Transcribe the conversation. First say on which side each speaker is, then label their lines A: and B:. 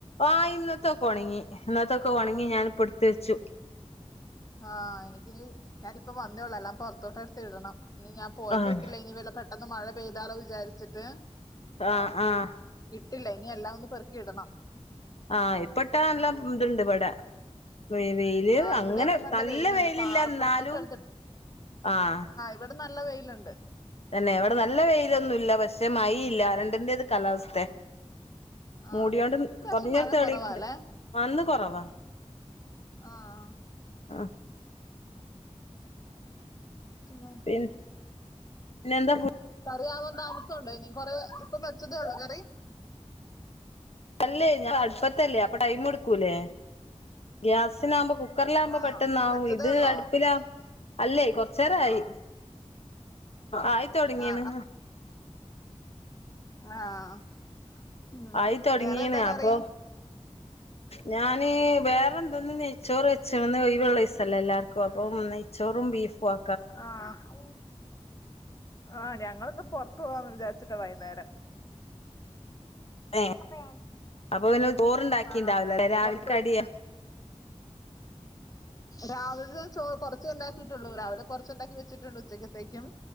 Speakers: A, on the left; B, on the left.
A: ആഹ് ഇന്നത്തെൊക്ക ഉണങ്ങി ഇന്നത്തൊക്കെ ഉണങ്ങി ഞാൻപ്പോ എടുത്തെച്ചു.
B: ആഹ് എനിക്കിനി ഞാനിപ്പ വന്നേള്ളൂ എല്ലാം പൊറത്തോട്ടടുത്ത് ഇടണം ഇനി ഞാ പോയിപ്പോ
A: ആഹ്
B: ഇട്ടില്ല ഇനി വേല ട്ടന്ന് മഴ പെയ്താലോ വിചാരിച്ചിട്ട്
A: ആഹ് ആഹ്
B: ഇട്ടില്ല ഇനി എല്ലാം ഒന്ന് പെറക്കി ഇടണം.
A: ആഹ് ഇപ്പട്ടാ നല്ല ഇതുണ്ട് ഇവട വെ വെയ്ല്
B: ആ
A: അങ്ങനെ
B: ഇവിടെ ഇപ്പൊ
A: നല്ല
B: വെയിലുണ്ട്
A: വെയ്ലില്ല
B: പാറപ്പുറത്തോട്ട്
A: എന്നാലും ആഹ്
B: ഇവട നല്ല വെയ്ലോണ്ട്
A: തന്നെ ഇവട നല്ല വെയ്ലൊന്നുല്ല പക്ഷെ മയയില്ല രണ്ടിന്റത് കാലാവസ്ഥെ
B: ആ
A: മൂടിയോണ്ടും
B: ഇപ്രാവശ്യം
A: കൊറഞ്ഞോര്
B: മഴ
A: തെളിണ്ട്
B: കുറവാല്ലേ
A: വന്ന് കൊറവാ
B: ആഹ്
A: ആഹ്
B: പിന്ന
A: പിൻ പിന്നെന്താ
B: കറി ആവാം താമസൊണ്ടോ ഇനി കൊറെ ഇപ്പം വെച്ചതെ ഒള്ളൊ കറി
A: അല്ലേ ഞാ അട്പ്പത്തല്ലേ അപ്പ ടൈംമെട്ക്കൂലേ ഗ്യാസ്നാമ്പ കു ക്കർലാമ്പ
B: ആ
A: പെട്ടന്നാവു
B: വെച്ചതേ
A: ഇത്
B: ഉള്ളോ
A: അടുപ്പില അല്ലേ കൊറച്ചെരായ് ആയ്ത്തൊടങ്ങീണ്
B: ആ ആഹ് ഉം
A: ആയി തൊടങ്ങീണ്
B: വേറെന്താ കറി
A: അപ്പൊ ഞാന് വേറെന്ത്ന്ന് നെയ്ച്ചോറ് വെച്ചണം ഇന്ന് ഒയ്വൊള്ള ദീസം എല്ലാർക്കും അപ്പൊ നെയ് ചോറും ബീഫുവാ
B: ആഹ് ആഹ് ഞങ്ങള്ന്ന് പൊറത്ത് പോവാന്ന് വിചാരിച്ചിട്ട വൈന്നേരം
A: ഏ
B: അപ്
A: അപ്പൊ പിന്നെ ചോറുണ്ടാക്കിണ്ടാവൂലല്ലേ
B: ആഹ്
A: രാവിലെ
B: പൊറത്തോയ്
A: കടിയാ
B: രാവ്ൽത്തെ ചോർ കൊറച്ചെ ഇണ്ടാക്കിട്ടൊള്ളൂ രാവിലെ കൊറച്ചൊണ്ടാക്കി വെച്ചിട്ടൊണ്ട് ഉച്ചക്കത്തേക്കും